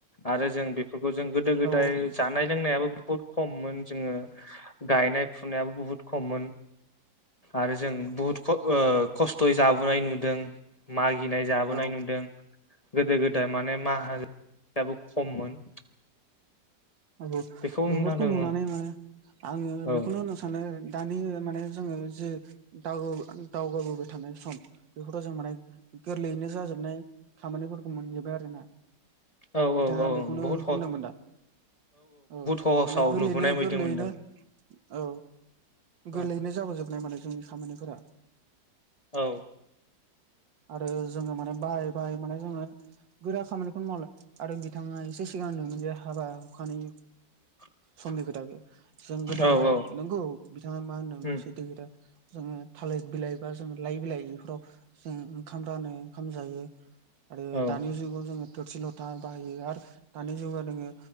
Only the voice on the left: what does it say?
आरो जों बेफोरखौ जों गोदो गोदाय
जानाय लोंनायाबो बुहुत खममोन जों जोङो गायनाय फुनायाबो बुहुत खममोन। आरो जों बुहुत ख ओ खस्थ'यै जाबोनाय नुदों मागिनाय जाबोनाय
नुदों। गोदो गोदाय माने माहाजोनाबो खममोन।
बेखौ
नुनांदों
औ
औ
औ औ
औ
बहुत
सहसाव
नुबोनाय बायदि
मोनदों
औ
औ
<unintelligible>
औ
औ
औ
औ